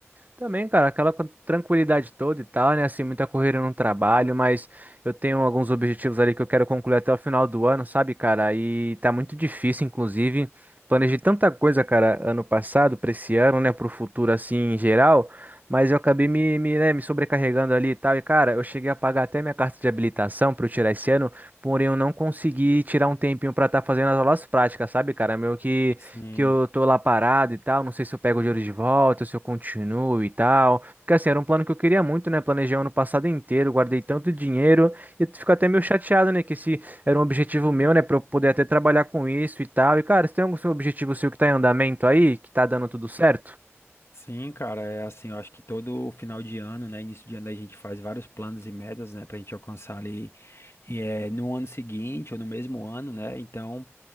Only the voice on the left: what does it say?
Sim.
Sim, cara, é assim, eu acho que todo final de ano, né, início de ano a gente faz vários planos e metas, né, pra gente alcançar ali eh, no ano seguinte ou no mesmo ano, né? Então,